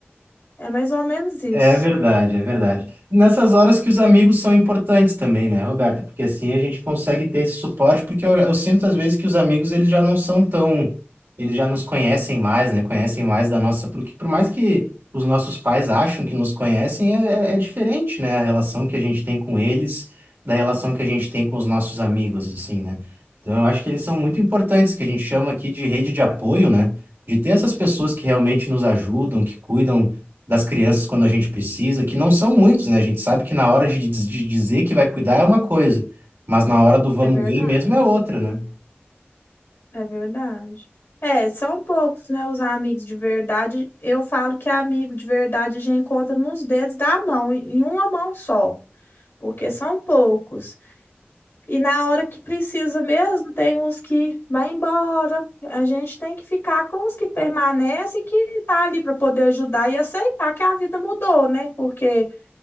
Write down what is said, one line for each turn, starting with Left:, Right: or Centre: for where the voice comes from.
Left: É mais ou menos isso.
Right: É verdade, é verdade. Nessas horas que os amigos são importantes também, né, Roberta? Porque assim a gente consegue ter esse suporte, porque eu, eu sinto às vezes que os amigos eles já não são tão, eles já nos conhecem mais, né? Conhecem mais da nossa, porque por mais que os nossos pais acham que nos conhecem, é, é é diferente, né? A relação que a gente tem com eles da relação que a gente tem com os nossos amigos, assim, né? Então eu acho que eles são muito importantes, que a gente chama aqui de rede de apoio, né? De ter essas pessoas que realmente nos ajudam, que cuidam das crianças quando a gente precisa, que não são muitos, né? A gente sabe que na hora de, de dizer que vai cuidar é uma coisa, mas na hora do vamos
Left: É verdade.
Right: ver mesmo é outra, né?
Left: É verdade. É, são poucos, né, os amigos de verdade. Eu falo que amigo de verdade a gente encontra nos dedos da mão, em em uma mão só, porque são poucos. E na hora que precisa mesmo, tem uns que vai embora. A gente tem que ficar com os que permanecem, que tá ali para poder ajudar e aceitar que a vida mudou, né? Porque